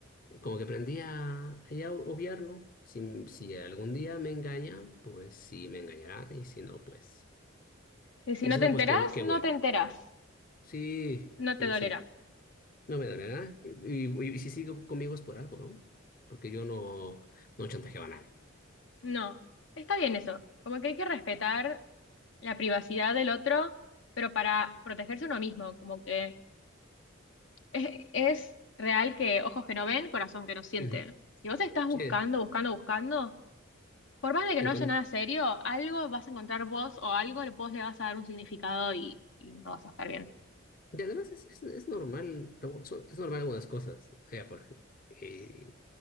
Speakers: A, on the left (about 40°); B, on the left (about 65°).
A: Como que aprendí a, a ya obviarlo. Si, si algún día me engaña, pues sí me engañará y si no, pues,
B: Y si
A: y
B: no
A: si
B: te
A: no,
B: enterás,
A: pues qué, bu- qué
B: no
A: bueno.
B: te enterás.
A: Sí,
B: No te
A: sí,
B: dolerá.
A: sí. No me dolerá. Y, y- y si sigue conmigo es por algo, ¿no? Porque yo no, no chantajeaba a nadie.
B: No. Está bien eso. Como que hay que respetar la privacidad del otro, pero para protegerse uno mismo. Como que es, es real que ojos que no ven, corazón que no siente.
A: Ujú.
B: Si vos estás buscando,
A: Sí,
B: buscando, buscando. Por más de que
A: en
B: no
A: con-
B: haya nada serio, algo vas a encontrar vos o algo le- vos le vas a dar un significado y, y no vas a estar bien.
A: Y además es, es, es normal, algo- son- es normal algunas cosas. O sea, por ejemplo, eh,